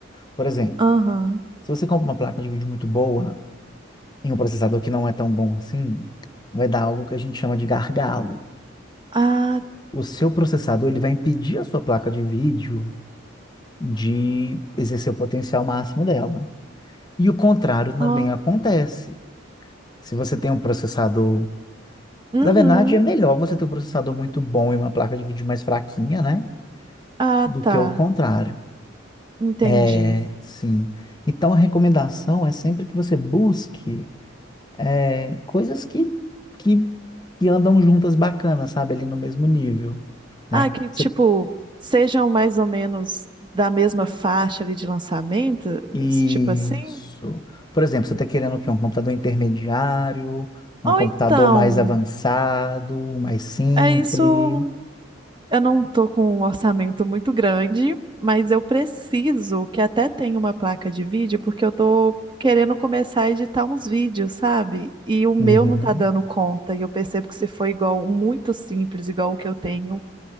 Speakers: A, on the left; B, on the right.
A: Por exemplo,
B: aham.
A: se você compra uma placa de vídeo muito boa e um processador que não é tão bom assim, vai dar algo que a gente chama de gargalo.
B: Ah,
A: O seu processador, ele vai impedir a sua placa de vídeo de exercer o potencial máximo dela. E o contrário também
B: ó.
A: acontece. Se você tem um processador,
B: Uhum.
A: na verdade, é melhor você ter um processador muito bom e uma placa de vídeo mais fraquinha, né?
B: Ah,
A: do
B: tá.
A: que ao contrário.
B: Entendi.
A: É, sim. Então, a recomendação é sempre que você busque é, coisas que, que, que andam juntas bacanas, sabe? Ali no mesmo nível, né?
B: Ah, que tipo,
A: Você-
B: sejam mais ou menos da mesma faixa ali de lançamento,
A: isso.
B: s- tipo assim?
A: Por exemplo, você está querendo o quê? Um computador intermediário, um
B: Ou
A: computador
B: então,
A: mais avançado, um mais simples.
B: é isso, eu não tô com um orçamento muito grande, mas eu preciso que até tenha uma placa de vídeo, porque eu tô querendo começar a editar uns vídeos, sabe? E o meu
A: Uhum.
B: não tá dando conta, e eu percebo que se for igual um muito simples, igual o que eu tenho